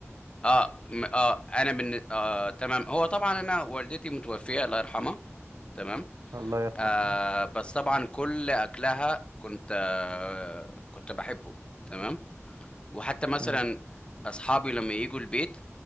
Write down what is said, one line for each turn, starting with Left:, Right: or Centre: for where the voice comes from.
Left: اه م- اه انا من آه تمام هو طبعا انا والدتي متوفيه الله يرحمها تمام
Right: الله يرحمه
Left: آه بس طبعا كل اكلها كنت آه كنت بحبه تمام وحتى مثلا
Right: امم
Left: اصحابي لما يجوا البيت